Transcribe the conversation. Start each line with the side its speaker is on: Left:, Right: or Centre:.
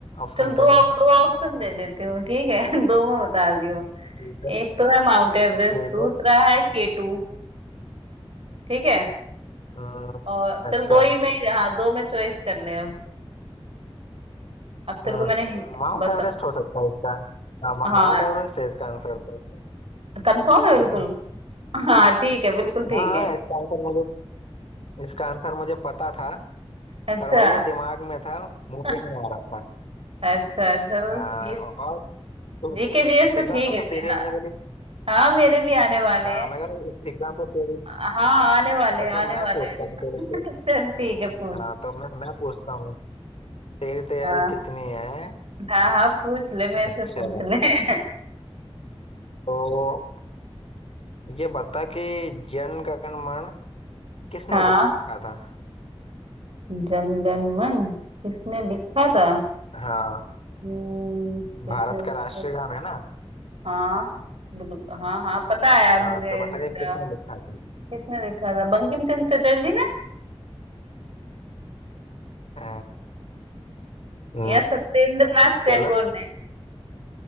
Left: ऑप्शन
Right: चल दो
Left: क्या है
Right: दो ऑप्शन दे देती हूँ ठीक है <laughs> दो में बता दियो
Left: ठीक है
Right: एक तो है माउंट एवरेस्ट
Left: ठीक
Right: दूसरा
Left: है
Right: है के टू ठीक है
Left: हम्म,
Right: और चल
Left: अच्छा
Right: दो ही में ही- हाँ दो में चॉइस कर ले अब अब तेरे
Left: हम्म,
Right: को मैंने हिं-
Left: माउंट
Right: बता
Left: एवरेस्ट हो सकता है इसका हाँ, मा-
Right: हाँ
Left: माउंट एवरेस्ट है इसका आंसर तो
Right: कंफर्म है बिल्कुल
Left: है ना
Right: हाँ ठीक है बिल्कुल ठीक
Left: हाँ हाँ
Right: है
Left: इसका आंसर मुझे इसका आंसर मुझे पता था
Right: अच्छा
Left: पर वही है, दिमाग में था मुंह
Right: <laughs>
Left: पे नहीं आ रहा था
Right: अच्छा चल
Left: हाँ,
Right: ये
Left: और तो
Right: जीके जीएस तो
Left: एग्जाम
Right: ठीक है
Left: तो
Right: ते-
Left: तेरे
Right: हाँ
Left: आने वाली
Right: हाँ मेरे भी आने वाले
Left: हाँ
Right: हैं
Left: मैं कह रहा हूँ एग्जाम तो तेरे
Right: हाँ आने वाले
Left: तो
Right: हैं
Left: अच्छा
Right: आने
Left: मैं
Right: वाले
Left: पूछता
Right: हैं
Left: हूँ तेरे
Right: <laughs>
Left: से
Right: चल ठीक है पूछ
Left: हाँ तो मैं मैं पूछता हूँ तेरी तैयारी
Right: हाँ
Left: कितनी है
Right: हाँ हाँ पूछ ले मेरे
Left: अच्छा
Right: से पूछ ले <laughs>
Left: तो ये बता कि जन गण मन किसने
Right: हाँ
Left: लिखा था
Right: जनगण मन किसने लिखा था
Left: हाँ
Right: हम्म, किसने
Left: भारत
Right: लिखा
Left: का राष्ट्रीय
Right: था
Left: गान है ना
Right: हाँ बिल्कुल हाँ हाँ पता है यार मुझे
Left: हाँ तो बताइए
Right: रुद्रा।
Left: किसने लिखा था
Right: किसने लिखा था बंकिम चंद्र चटर्जी ने
Left: अ, न,
Right: या सत्येंद्र नाथ टैगोर
Left: गलत
Right: ने